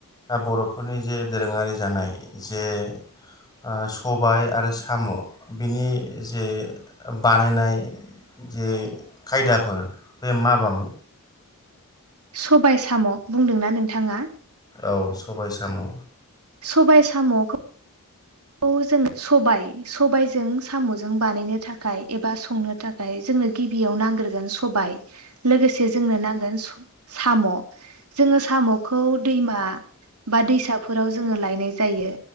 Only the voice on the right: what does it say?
सबाय साम' बुंदोंना नोंथाङा?
सबाय साम'ख खौ जोङो सबाय सबायजों साम'जों बानायनो थाखाय एबा संनो थाखाय जोंनो गिबियाव नांग्रोगोन सबाय लोगोसे जोंनो नांगोन स' साम' जोङो साम'खौ दैमा बा दैसाफोराव जोङो लायनाय जायो